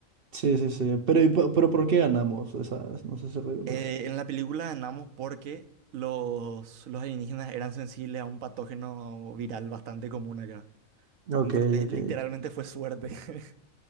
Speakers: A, on the right (about 60°); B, on the right (about 80°).
A: Sí, sí, sí. Pero, ¿y po- pero ¿por qué ganamos esas? No sé si recuerdas.
B: eh, en la película ganamos porque los, los alienígenas eran sensibles a un patógeno viral bastante común acá.
A: Ok,
B: Entonces,
A: ok.
B: literalmente fue suerte, <laughs>